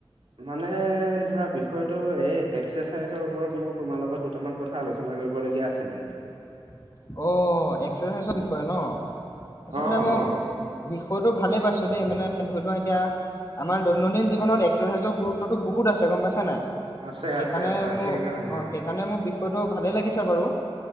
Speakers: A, on the right; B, on the left.
A: মানে ধৰা, বিষয়টো এই এক্সাৰচাইজৰ ওপৰত মোৰ তোমাৰ লগত দুটামান কথা আলোচনা কৰিবলগীয়া আছিলে।
B: <unintelligible> অ' এক্সাৰচাইজৰ বিষয়ে ন, আচলতে
A: অ',
B: মই
A: অ',
B: বিষয়টো ভালেই পাই ছোঁ। দেই মানে ধৰি লোৱা এতিয়া, আমাৰ দৈনন্দিন জীৱনত এক্সাৰচাইজৰ গুৰুত্বতো বহুত আছে গম পাইছা নাই।
A: আছে
B: সেইকাৰণে
A: আছে হয়।
B: মোৰ
A: সেইকাৰণে অ'
B: সেইকাৰণে মোৰ বিষয়টো ভালে লাগিছে বাৰু,